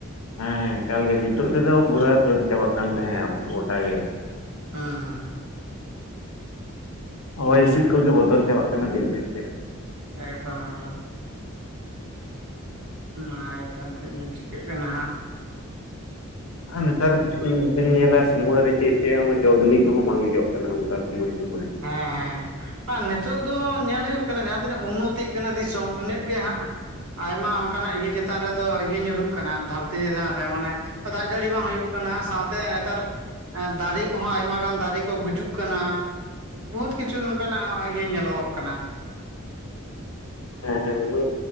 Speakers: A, on the left; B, on the right.
A: ᱦᱮᱸ ᱦᱮᱸ ᱮᱠᱟᱞ ᱜᱮ ᱱᱤᱛᱳᱜ ᱛᱮᱫᱚ ᱯᱩᱨᱟᱹ ᱥᱟᱹᱛ ᱪᱟᱵᱟᱜ ᱠᱟᱱ ᱛᱟᱦᱮᱸᱫ ᱜᱚᱴᱟ ᱜᱮ ᱾
B: ᱦᱮᱸ ᱦᱮᱸ ᱦᱮᱸ
A: ᱦᱚᱳᱭ ᱦᱤᱸᱥᱤᱫ ᱠᱚᱜᱮ ᱵᱚᱫᱚᱞ ᱪᱟᱞᱵᱟᱜ ᱠᱟᱱᱟ ᱫᱤᱱ ᱫᱤᱱ ᱛᱮ ᱾
B: ᱮᱠᱫᱚᱢ ᱮᱠᱫᱚᱢ ᱚᱱᱟ ᱜᱮᱛᱚ ᱪᱮᱫ ᱜᱮ ᱪᱤᱠᱟᱹᱜ ᱠᱟᱱᱟ ᱦᱟᱸᱜ ᱾
A: ᱟᱨ ᱱᱮᱛᱟᱨ ᱵᱮᱱ ᱧᱮᱞᱟ ᱥᱚᱢᱚᱭ ᱨᱮ ᱪᱮᱫ ᱪᱮᱫ ᱡᱚ ᱵᱞᱤ ᱠᱚᱦᱚᱸ ᱵᱟᱝᱧᱚᱜ ᱠᱟᱱᱟᱼᱟ, ᱥᱚᱢᱚᱭ ᱥᱚᱢᱚᱭ
B: ᱦᱮᱸ ᱦᱮᱸᱸ ᱟᱨ ᱱᱤᱛᱳᱜ ᱫᱚ ᱧᱮᱞ ᱦᱩᱭᱩᱜ ᱠᱟᱱᱟ, ᱡᱟᱦᱟᱸ ᱛᱤᱱᱟᱹᱜ ᱩᱱᱚᱛᱤᱜ ᱠᱟᱱᱟ ᱫᱤᱥᱚᱢ ᱤᱱᱟᱹᱜ ᱜᱮ ᱦᱟᱸᱜ, ᱟᱭᱢᱟ ᱚᱱᱠᱟᱱᱟᱜ ᱤᱭᱟᱹ ᱪᱮᱛᱟᱱ ᱨᱮᱫᱚ ᱤᱭᱟᱹ ᱧᱩᱨᱦᱩᱜ ᱠᱟᱱᱟ, ᱫᱷᱟᱹᱨᱛᱤ ᱪᱮᱛᱟᱱ ᱨᱮ ᱢᱟᱱᱮ ᱫᱟᱜ ᱡᱟᱹᱲᱤ ᱵᱟᱝ ᱦᱩᱭᱩᱜ ᱠᱟᱱᱟ, ᱥᱟᱶᱛᱮ ᱱᱮᱛᱟᱨ ᱫᱟᱨᱮ ᱠᱚᱦᱚᱸ ᱟᱭᱢᱟ ᱜᱟᱱ ᱫᱟᱨᱮ ᱠᱚ ᱜᱩᱡᱩᱜ ᱠᱟᱱᱟ ᱾ ᱵᱚᱦᱩᱛ ᱠᱤᱪᱷᱩ ᱱᱚᱝᱠᱟᱱᱟᱜ ᱤᱭᱟᱹ ᱧᱮᱞᱚᱜᱚᱜ ᱠᱟᱱᱟ ᱾
A: ᱦᱮᱸ ᱦᱮᱸ ᱩᱱᱟᱹᱜ